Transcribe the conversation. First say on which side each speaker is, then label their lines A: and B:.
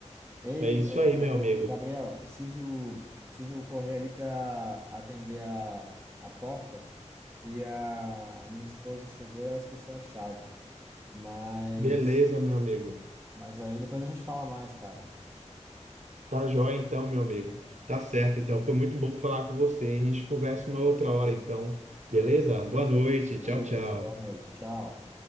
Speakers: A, on the right; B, on the right.
A: Ei,
B: É isso
A: é,
B: aí, meu amigo.
A: ô, Gabriel, preciso preciso correr ali para atender a, a porta, que a, a minha esposa chegou e ela esqueceu a chave. Mas
B: Beleza, meu amigo.
A: mas aí depois a gente fala mais, cara.
B: Tá jóia então, meu amigo. Tá certo, então. Foi muito bom falar com você. hein? A gente conversa uma outra hora, então. Beleza? Boa noite.
A: Beleza,
B: Tchau, tchau.
A: boa noite, tchau.